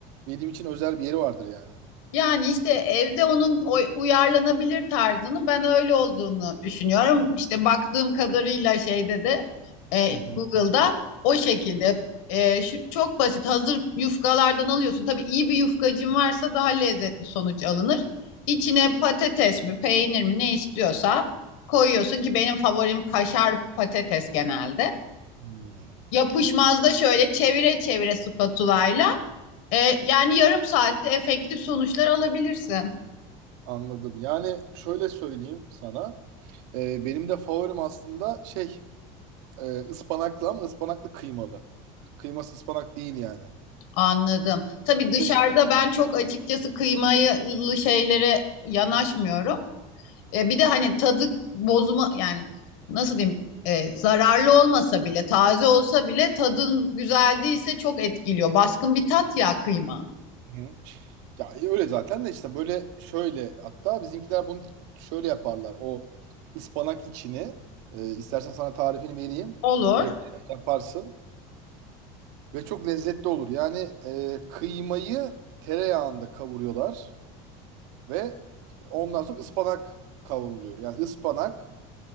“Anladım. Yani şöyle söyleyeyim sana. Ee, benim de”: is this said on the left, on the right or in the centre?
Right